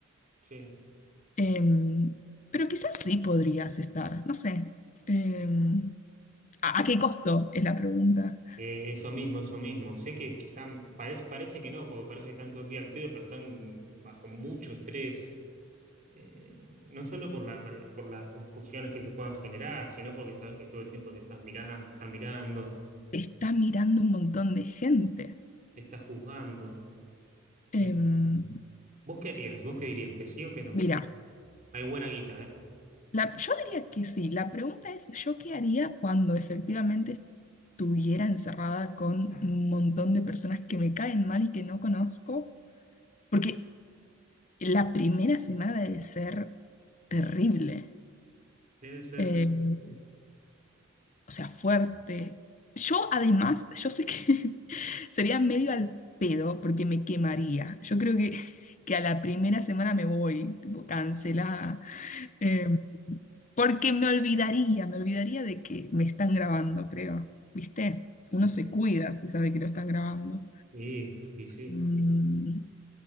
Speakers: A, on the right (about 40°); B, on the left (about 35°).
A: Sí.
B: Em, pero quizás sí podrías estar, no sé. Em, ¿A, a qué costo? Es la pregunta.
A: Eh, eso mismo, eso mismo. Sé que, que están, parece, parece que no, porque parece que están todo el día al pedo, pero están bajo mucho estrés. Eh, no solo por la, por la- por las discusiones que se puedan generar, sino porque sabes que todo el tiempo te estás mirando, te están mirando.
B: Está
A: eh,
B: mirando un montón de gente.
A: te está juzgando. Eh,
B: Em,
A: ¿vos qué harías? ¿Vos qué dirías? ¿Que sí o que no?
B: mira,
A: Hay buena guita, ¿eh?
B: la- yo diría que sí. La pregunta es, ¿yo qué haría cuando efectivamente estuviera encerrada con un montón de personas que me caen mal y que no conozco? Porque la primera semana debe ser terrible.
A: Debe ser
B: Em,
A: muy... Sí,
B: o sea, fuerte. Yo además, yo sé que <laughs> sería medio al pedo porque me quemaría. Yo creo que, que a la primera semana me voy, tipo, cancelada. Eh, porque me olvidaría, me olvidaría de que me están grabando, creo. ¿Viste? Uno
A: ok.
B: se cuida si sabe que lo están grabando.
A: Y, y sí,
B: Mm,